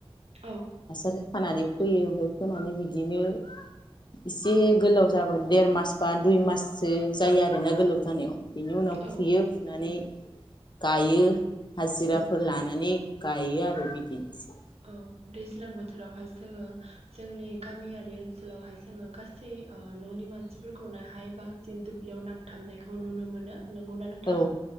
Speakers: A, on the right (about 80°); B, on the left (about 45°).
A: औ
B: हासार खानानै फोयो ओमफ्राय फोनानै बिदिनो एसे गोलाव जाबो देर मास बा दुइ माससो जायो आरो। <unintelligible> गोलाव जानायाव बिनि उनाव
A: औ
B: फुयो फुनानै गायो। हाजिराफोर
A: औ
B: लानानै गायो आरो बिदिनोसै।
A: <unintelligible> दैज्लां बोथोरावहाय जोङो जोंनि गामियारि ओन ओनसोलावहाय जोङो गासै ओ न'नि मानसिफोरखौनोहाय बांसिन दुब्लियाव नांथाबनायखौ नुनो मोनो नंगौना नोंथां?
B: औ